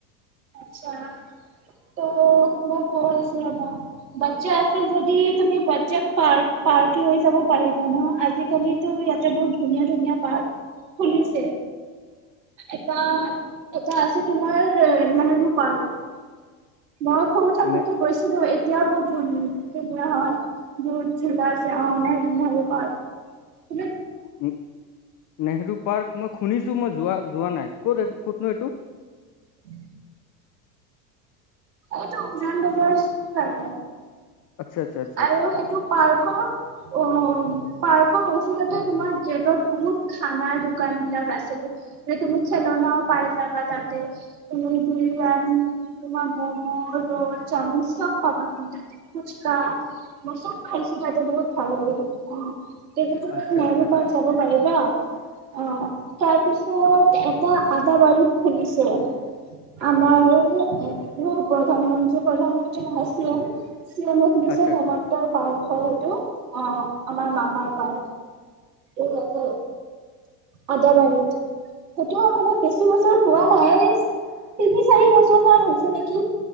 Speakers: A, on the right; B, on the left.
A: আচ্ছা ত মই কৈছিলো বা বাচ্ছা আছে যদি তুমি বাচ্ছাক পাৰ্ক লৈ যাব পাৰিবা ন আজিকালিতো ইয়াতে বহুত ধুনীয়া ধুনীয়া পাৰ্ক খুলিছে এটা আছে তোমাৰ তোৰ পাক মই সৰু থাকোঁতেই গৈছিলো
B: নে
A: এ তেতিয়া মোৰ ভন্টী বিয়াৰ হোৱা হ'লে হয় বহুত ঝুলাছে অ ন নেহৰু প
B: নে নেহৰুক পাৰ্ক মই শুনিছো মই যোৱা যোৱা নাই ক'ত ক'তনো এইটো
A: উম এইটো উৰাান বজাৰ
B: আচ্ছা আচ্ছা আচ্ছা
A: আৰু সেইটো পাৰ্কৰ অ পাৰ্কৰ অ ওচৰত তোমাৰ গেটত বহুত খানা দোকান বিলাক আছিল যিহেতু মোক চেলুনত পাই ৰাভা যাতে তুমি খেলনাও পাই যাবা তাতে তুমি বিৰিয়ানী তোমাৰ মম ৰ'ল চামুচা চব পাবাত তাতে ক ক। কচম খাছো বাইদেউ খাইতে বহুত ভাল লাগিল অ তেতিয়া তুমি
B: আচ্ছা আচ্ছা
A: নেহৰু
B: আচ্ছা আচ্ছা
A: পাৰ্কত যাব পাৰিবা অ তাৰপিছত এটা আদা বাৰীত খুলিছে আমাৰো ন প্ৰধান মন্ত্ৰী প্ৰধানমন্ত্ৰী ভাই চিএম চি এছ সুধিছে
B: আচ্ছা
A: সিমান্ত
B: আচ্ছা
A: পাৰ অ সোণতো অ আমাৰ মামাৰ পাৰ এইয়ে আদাবাৰীত সেইটো মানে বেছি বছৰ পোৱা নাই তিনি চাৰি বছৰমান হৈছে নেকি কি